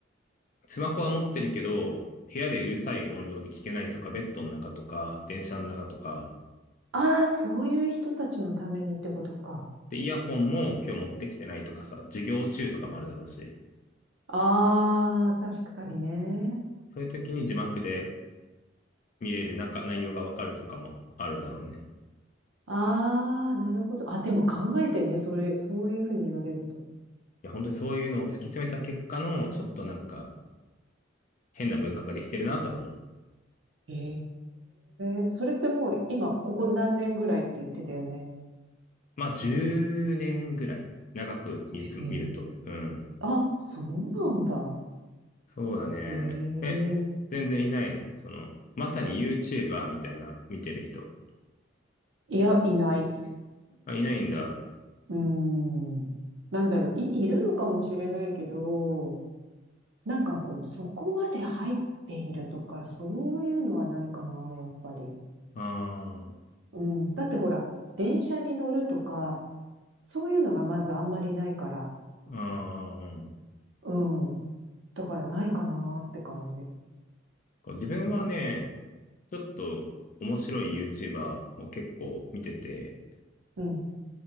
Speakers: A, on the left; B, on the right.
A: スマホは持ってるけど、部屋でうるさい音量で聞けないとか、ベッドの中とか、電車の中とか、
B: ああ、そういう人たちのためにってことか。
A: で、イヤホンも今日持ってきてないとかさ、授業中とかもあるだろうし、
B: ああ、確かにね。
A: そういう時に字幕で見れる中、内容がわかるとかもあるだろうね。
B: ああ、なるほど。あ、でも考えてんね。それ、そういうふうに言われると。
A: いや、本当にそういうのを突き詰めた結果の、ちょっとなんか変な文化ができてるなとは思う。
B: ええそれってもう今、ここ何年ぐらいって言ってたよね。
A: まあ、10年ぐらい長く見つ、
B: ええあ、
A: 見ると。うん。
B: そうなんだ。
A: そうだね。
B: ええ
A: え、全然いないのその、まさに YouTuber みたいな見てる人。
B: いや、いない。
A: あ、いないんだ。
B: うーん。なんだろう、い、いるのかもしれないけど、なんかこう、そこまで入っているとか、そういうのはないかな、やっぱり。
A: あ
B: うん。だってほら、電車に乗るとか、そういうのがまずあんまりないから。
A: あ、ああ、
B: うん。だからないかなって感じ。
A: こう自分はね、ちょっと面白い YouTuber を結構見てて、
B: うん。